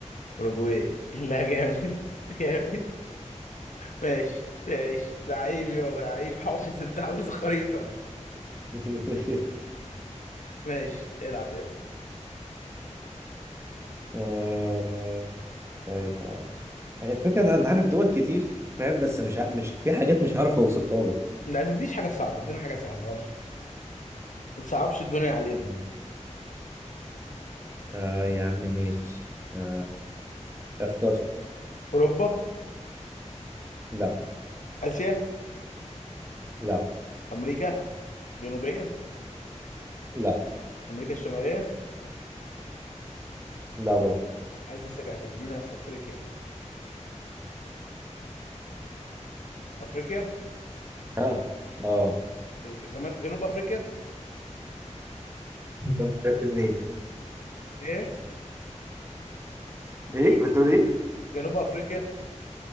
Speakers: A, on the left; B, on the right.
A: اوروجواي <laughs> لا جامد جامد ماشي ماشي لعيب يابا لعيب حافظ انت عامل زي خريطه
B: <laughs>
A: ماشي العب يابا
B: آه طيب آه. الفكرة إن أنا عارف دول كتير فاهم بس مش ع- مش في حاجات مش عارف أوصفها لك
A: لا تديش حاجه صعبه ادينا حاجه سهله يلا. ما تصعبش الدنيا علينا
B: مم. آه يا عم ماشي آه اخترت
A: اوروبا
B: لا
A: اسيا
B: لا
A: امريكا جنوبيه
B: لا
A: امريكا الشماليه
B: لا برضه
A: حاسسك هتدينا في افريقيا افريقيا
B: ها اه
A: افريقيا جمال- جنوب افريقيا
B: <laughs> انت عارف منين
A: ايه بتقول
B: ايه بتقول
A: إيه؟ جنوب افريقيا